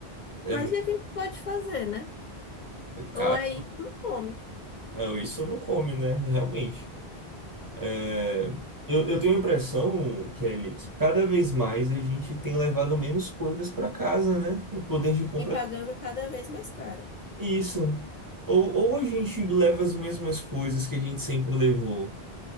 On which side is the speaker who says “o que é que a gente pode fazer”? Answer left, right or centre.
Left